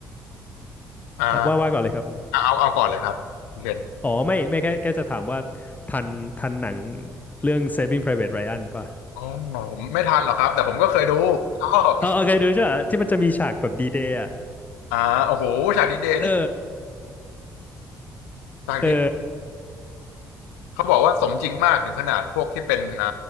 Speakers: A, on the left; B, on the left.
A: อ่า
B: อ่ะว่าว่าก่อนเลยครับ
A: เอาเอาก่อนเลยครับคุณเคน
B: อ๋อไม่ไม่แค่แค่จะถามว่าทันทันหนังเรื่อง Saving Private Ryan ป่ะ
A: อ๋อผมไม่ทันหรอกครับแต่ผมก็เคยดูชอบ
B: เออเอาเคยดูใช่ไหะที่มันจะมีฉากแบบดีเดย์อ่ะ
A: อ่าโอ้โหฉากดีเดย์นี่
B: เออ
A: ภาคนี้
B: เออ
A: เขาบอกว่าสมจริงมากถึงขนาดพวกที่เป็นอ่า